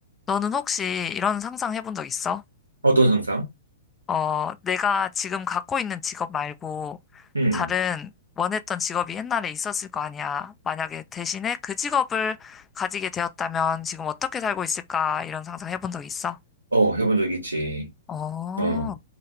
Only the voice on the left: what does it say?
너는 혹시 이런 상상 해본 적 있어?
어, 내가 지금 갖고 있는 직업 말고
다른 원했던 직업이 옛날에 있었을 거 아니야. 만약에 대신에 그 직업을 가지게 되었다면 지금 어떻게 살고 있을까? 이런 상상 해본 적 있어?
어,